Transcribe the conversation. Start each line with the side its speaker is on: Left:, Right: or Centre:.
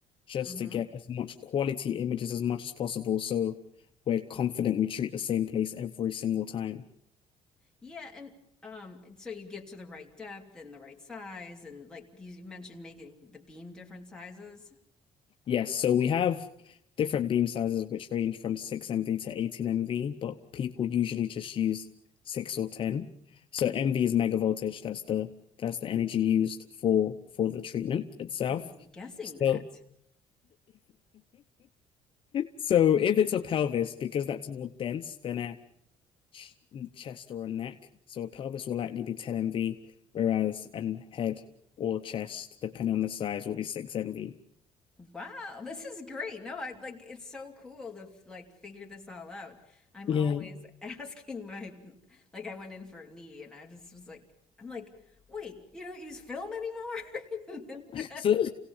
Left: just
Centre: hmm
Left: to get as much quality images as much as possible. So we're confident we treat the same place every single time.
Centre: Yeah, and um, so you get to the right depth and the right size, and like you mentioned, making the beam different sizes.
Left: Yes, so we have different beam sizes which range from 6 MV to 18 MV, but people usually just use 6 or 10. So MV is mega voltage, that's the that's the energy used for for the treatment itself.
Centre: I was guessing
Left: So
Centre: that.
Left: <laughs> so if it's a pelvis, because that's more dense than a ch chest or a neck, so a pelvis will likely be 10 MV, whereas an head or chest, depending on the size, will be 6 MV.
Centre: Wow, this is great. No, I like it's so cool to f- like figure this all out. I'm
Left: Yeah.
Centre: always
Left: <laughs>
Centre: <laughs> asking my like I went in for a knee and I just was like I'm like, "Wait, you don't use film anymore?" <laughs>
Left: So